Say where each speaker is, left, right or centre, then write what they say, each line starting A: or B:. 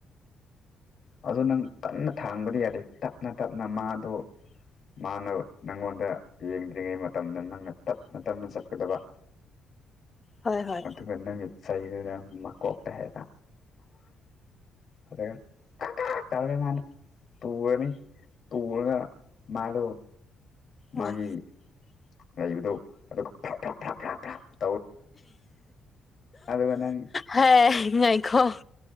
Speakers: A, on the left (about 55°); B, on the left (about 30°).
A: ꯑꯗꯨ ꯅꯪ ꯀꯟꯅ ꯊꯥꯡꯕꯗꯤ ꯌꯥꯗꯦ ꯇꯞꯅ ꯇꯞꯅ ꯃꯥꯗꯣ ꯃꯥꯅ ꯅꯪꯉꯣꯟꯗ ꯌꯦꯡꯗ꯭ꯔꯤꯉꯩ ꯃꯇꯝꯗ ꯅꯪꯅ ꯇꯞꯅ ꯇꯞꯅ ꯆꯠꯀꯗꯕ
B: ꯍꯣꯏ ꯍꯣꯏ
A: ꯑꯗꯨꯇꯄꯟꯅ ꯃꯦ ꯆꯥꯏꯅ ꯃꯥ ꯀꯣꯛꯇ ꯍꯥꯏꯌꯦꯗ ꯑꯒ ꯇꯒ ꯃꯥꯅ ꯇꯨꯅꯤ ꯇꯒ ꯃꯥꯂꯣ ꯃꯥꯒꯤ
B: ꯑꯣ
A: ꯂꯩꯕꯗꯣ ꯑꯗꯨꯒ ꯐꯥ ꯑꯗꯨꯒ ꯅꯪ
B: ꯍ ꯉꯥꯏꯈꯣꯡ